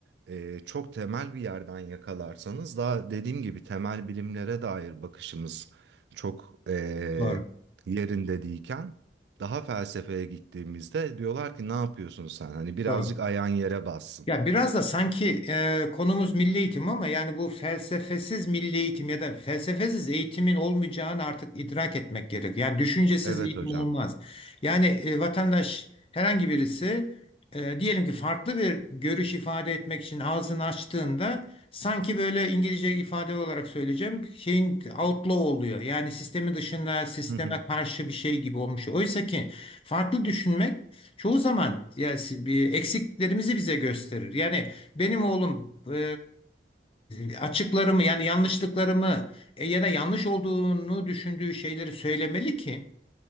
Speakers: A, on the right; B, on the left.
A: e, çok temel bir yerden yakalarsanız daha dediğim gibi temel bilimlere dair bakışımız çok e,
B: doğru,
A: yerinde değilken daha felsefeye gittiğimizde diyorlar ki ne yapıyorsun sen? Hani birazcık
B: doğru.
A: ayağın yere bassın.
B: Ya biraz da sanki e, konumuz milli eğitim ama yani bu felsefesiz milli eğitim ya da felsefesiz eğitimin olmayacağını artık idrak etmek gerek. Yani düşüncesiz
A: Evet
B: eğitim
A: hocam.
B: olmaz. Yani e, vatandaş herhangi birisi e, diyelim ki farklı bir görüş ifade etmek için ağzını açtığında sanki böyle İngilizce ifade olarak söyleyeceğim şeyin outlaw oluyor. Yani sistemin dışında sisteme
A: Hı hı.
B: karşı bir şey gibi olmuş. Oysa ki farklı düşünmek Çoğu zaman yani si- bir eksiklerimizi bize gösterir. Yani benim oğlum e, e, açıklarımı yani yanlışlıklarımı e, ya da yanlış olduğunu düşündüğü şeyleri söylemeli ki